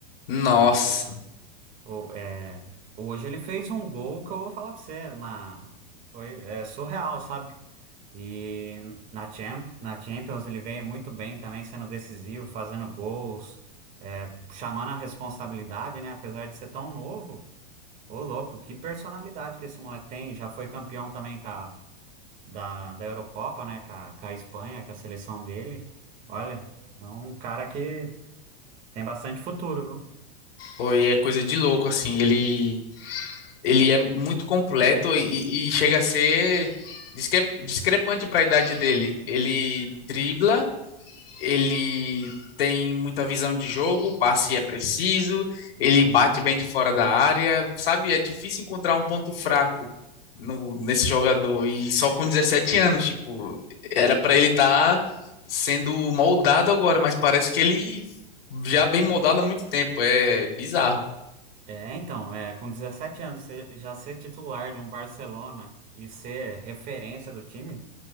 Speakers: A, on the left; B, on the right.
A: nossa.
B: Ele, fo- o- é, hoje ele fez um gol que eu vou falar pra você, na, foi, é surreal, sabe? E na, Champ, na Champions ele veio muito bem também, sendo decisivo, fazendo gols, chamando a responsabilidade, né? Apesar de ser tão novo, ô louco, que personalidade que esse moleque tem. Já foi campeão também com a- da, da Eurocopa, né? Com a, com a Espanha, com a seleção dele. Olha, é um cara que tem bastante futuro, viu?
A: oi é coisa de louco, assim. Ele, ele é muito completo e, e chega a ser disque- discrepante para a idade dele. Ele dribla, ele tem muita visão de jogo, o passe é preciso, ele bate bem de fora da área, sabe? É difícil encontrar um ponto fraco no- nesse jogador. E só com 17 anos, tipo, era para ele estar sendo moldado agora, mas parece que ele já vem moldado há muito tempo. É bizarro.
B: É, então, é, com 17 anos, você já ser titular de um Barcelona e ser referência do time,